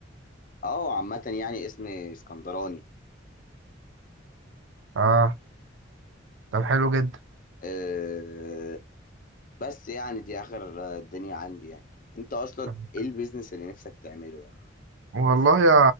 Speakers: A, on the left; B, on the right.
A: اه عامة يعني اسم اسكندراني
B: اه طب حلو جدا
A: آه، بس يعني دي آخر آه، الدنيا عندي يعني انت اصلا
B: طب
A: ايه البيزنس اللي نفسك تعمله يعني
B: والله
A: يوسف
B: يا